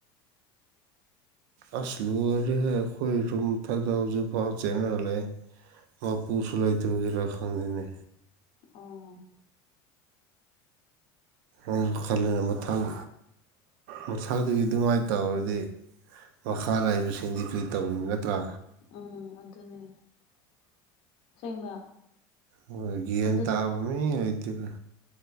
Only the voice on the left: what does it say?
ꯑꯣ
ꯎꯝ ꯑꯗꯨꯅꯦ ꯑꯁꯦꯡꯕ꯫
ꯑꯗꯨ